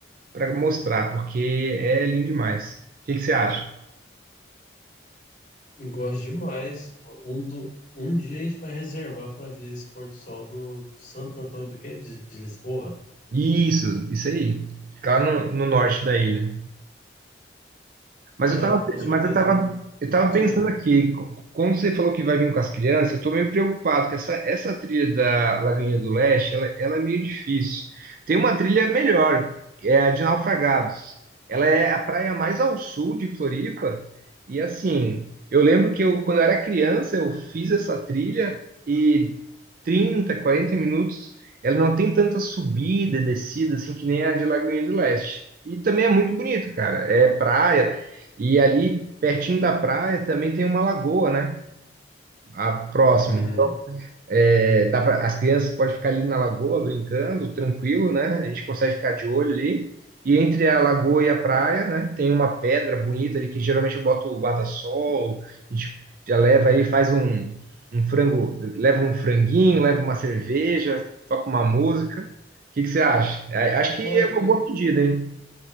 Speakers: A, on the right (about 50°); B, on the left (about 45°).
A: para mostrar, porque é lindo demais. O que que você acha?
B: Eu Gosto demais. Um, do, um dia a gente vai reservar para ver esse pôr do sol do, do Santo Antônio do quê? De, de Lisboa?
A: Isso, isso aí. Ficar no, no norte da ilha. Mas
B: Não,
A: eu tava,
B: com certeza.
A: mas eu tava, eu tava
B: Diga.
A: pensando aqui, co- como você falou que vai vir com as crianças, eu tô meio preocupado, que essa, essa trilha da Lagoinha do Leste, ela, ela é meio difícil. Tem uma trilha melhor, que é a de Naufragados. Ela é a praia mais ao sul de Floripa, e assim, eu lembro que eu, quando eu era criança, eu fiz essa trilha e 30, 40 minutos, ela não tem tanta subida e descida, assim, que nem a de Lagoinha do Leste. E também é muito bonito, cara. É praia, e ali, pertinho da praia, também tem uma lagoa, né? A próxima.
B: Uhum.
A: Então, é, dá pra, as crianças podem ficar ali na lagoa brincando, tranquilo, né? A gente consegue ficar de olho ali. E entre a lagoa e a praia, né? Tem uma pedra bonita ali que geralmente eu boto o guarda-sol. A gente já leva aí, faz um, um frango, leva um franguinho, leva uma cerveja, toca uma música. O que que você acha? A- Acho que
B: Olha,
A: é uma
B: eu,
A: boa pedida, hein?